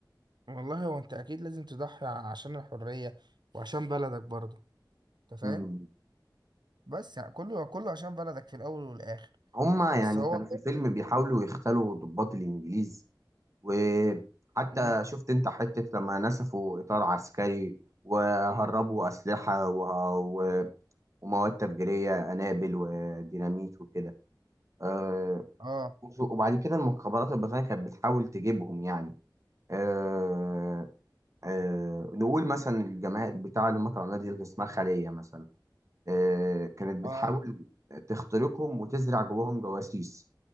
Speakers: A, on the right (about 65°); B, on the right (about 40°).
A: والله هو انت اكيد لازم تضحي عشان الحرية وعشان بلدك برضو انت فاهم
B: مم.
A: بس يعني كله كله عشان بلدك في الاول والاخر
B: هما
A: بس
B: يعني
A: هو
B: كانوا في الفيلم بيحاولوا يختلوا ضباط الانجليز وحتى
A: مم.
B: شفت انت حتة لما نسفوا إطار عسكري وهربوا أسلحة وه... و... ومواد تفجيرية قنابل وديناميت وكده أه...
A: اه
B: وبعد كده المخابرات البريطانية كانت بتحاول تجيبهم يعني أه... أه... نقول مثلا الجماعة بتاع اللي هم طلعوا نادي اللي اسمها خلية مثلا أه... كانت
A: اه
B: بتحاول تخترقهم وتزرع جواهم جواسيس